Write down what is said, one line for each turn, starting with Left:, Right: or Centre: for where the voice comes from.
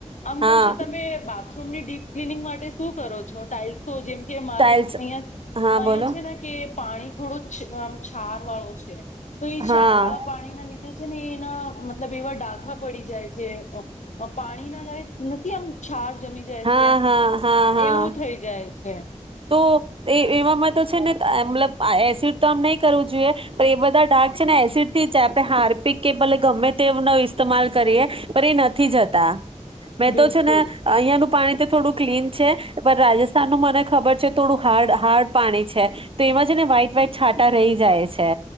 Left: આમ
Right: હા
Left: કઉ છે તમે વાત. ન <unintelligible> આપ શું કરો છો ટાાઈલ્સો જેમ કે મારે
Right: ટાઇલ્સ
Left: અહિયાં
Right: હા
Left: અહિયાં
Right: બોલો
Left: છે ને કે પાણી થોડો આમ છાર વાળો છે તો એ
Right: હા
Left: છાર વાળા પાણી ના લીધે છે ને એના. મતલબ એવો ડા. આવા પડી જાય. <unintelligible> પાણી ના લાયક નથી આમ છાર જમી જાય
Right: હા
Left: છે
Right: હા હા હા
Left: એવું થઈ જાય છે. હા.
Right: તો એ એવામાં તો છે ને મતલબ એસિડ તો આમ નહી કરવું જોઈએ પણ એ બધા ઢાક છે ને એસિડ થી. તહ હાર પિક કે ભલે ગમે. તે ન ઇસ્તેમાલ કરીએ પણ એ નથી જતા. મેં
Left: બિલકુલ
Right: તો છે ને અહિયાયાનું પાણી. થોડું ક્લીન છે પણ રાજસ્થાન નું મને. ખબર છે થોડું હાર્ડ હાર્ડ પાણી છે તો એમાં છે ને વ્હાઈટ વ્હાઈટ છાટા રહી જાય છે.